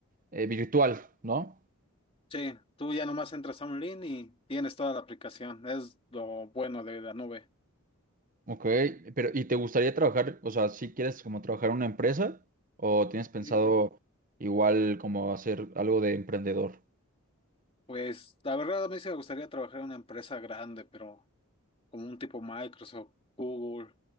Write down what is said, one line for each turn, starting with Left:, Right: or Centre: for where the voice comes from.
Right: eh, virtual, ¿no?
Left: Sí, tú ya nomás entras a un link y tienes toda la aplicación. Es lo bueno de Danube.
Right: Ok, pero ¿y te gustaría trabajar, o sea, si quieres como trabajar en una empresa o tienes pensado
Left: sí.
Right: igual como hacer algo de emprendedor?
Left: Pues la verdad a mí sí me gustaría trabajar en una empresa grande, pero como un tipo Microsoft, Google,